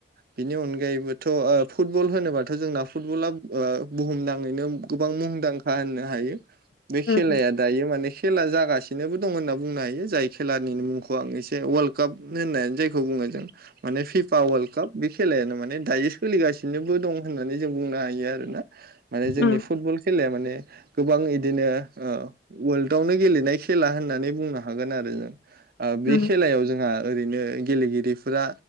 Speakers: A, on the right (about 55°); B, on the left (about 65°).
A: बिनि अनगायैबोथ' फुटबल होनोबाथ' जोंना फुटबला बुहुमनाङैनो। गोबां मुंदांखा होननो हायो बे खेलाया
B: उम
A: दायो माने खेला जागासिनोबो दं होनना बुंनो हायो जाय खेलानि मुंखौ आं एसे वर्ल्ड काप होननानै जायखौ बुङो जों माने फिफा वर्ल्ड काप बे खेलायानो माने दायो सोलिगासिनो दं। फिनोबो दं होननानै जों बुंनो हायो आरो ना माने जोंनि
B: उम
A: फुटबल खेलाया माने गोबां इदिनो ओ वर्ल्डावनो गेलेनाय खेला होननानै बुंनो हागोन आरो। बे
B: उम
A: खेलायाव जोंहा ओरैनो गेलेगिरिफोरा